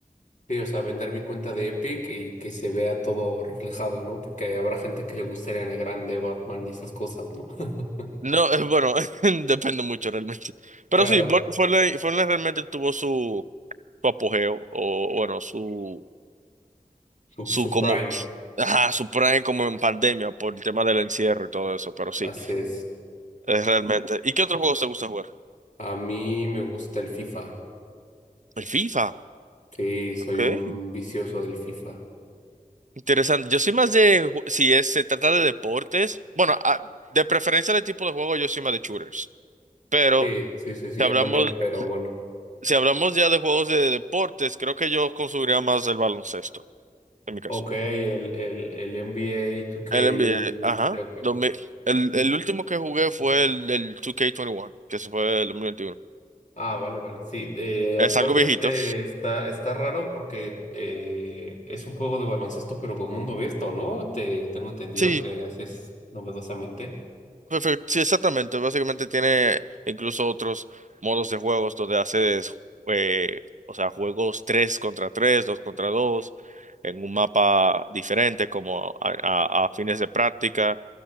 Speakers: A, on the left; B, on the right.
A: Sí, o sea, vender mi cuenta de Epic y que se vea todo reflejado, ¿no? Porque habrá gente que le guste Ariana Grande, Batman y esas cosas, ¿no? <laughs>
B: No, eh, bueno, <laughs> depende mucho realmente. Pero
A: Claro,
B: sí, Fon- Fortnite, Fortnite realmente tuvo su, su apogeo, o bueno, su
A: su,
B: su
A: su
B: como
A: Prime,
B: ajá, su prime como en pandemia por el tema del encierro y todo eso, pero sí,
A: así es.
B: es realmente. ¿Y qué otros juegos te gusta jugar?
A: A mí me gusta el FIFA.
B: El FIFA,
A: Sí, soy
B: ok,
A: un vicioso del FIFA.
B: interesante. Yo soy más de, ju- si es, se trata de deportes, bueno, a- de preferencia de tipo de juego, yo soy más de shooters, pero
A: Sí, sí, sí, sí,
B: si
A: yo
B: hablamos,
A: también, pero bueno.
B: si hablamos ya de juegos de deportes, creo que yo consumiría más el baloncesto, en mi caso.
A: Ok, el, el, el NBA 2K.
B: El NBA, ajá,
A: ok, ok,
B: 2000
A: ok.
B: el, el último que jugué fue el, el 2K21, que se fue el dos mil veintiuno
A: Ah, vale, vale. Sí, eh,
B: Es
A: actualmente
B: algo viejito.
A: está, está raro porque eh, es un juego de baloncesto, pero con mundo abierto, ¿no? Te, tengo entendido
B: Sí,
A: que así es novedosamente.
B: Perfecto. Sí, exactamente. Básicamente tiene incluso otros modos de juegos donde haces, eh, o sea, juegos 3 contra 3, 2 contra 2, en un mapa diferente, como a, a- a fines de práctica,